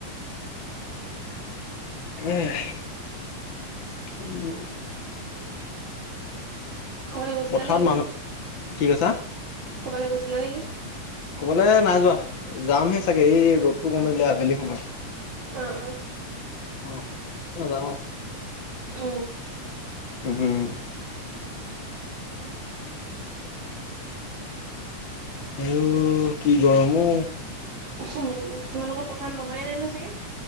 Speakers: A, on the left; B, on the right.
A: উম। উম।
B: কবালৈ গৈছিলা
A: পথাৰত
B: নে কি?
A: মানুহ কি কৈইছা?
B: ক'বালৈ গৈছিলা নে কি?
A: ক'বালৈ নাই যোৱা যামহে চাগে এই ৰ'দটো কমিলে আবেলি সময়ত।
B: অ', অ'।
A: অ', নজানো
B: উম
A: উম, উম। আইও কি গৰম ঔ।
B: উম, তোমালোকৰ পথাৰত নমাই নাই ন চাগে?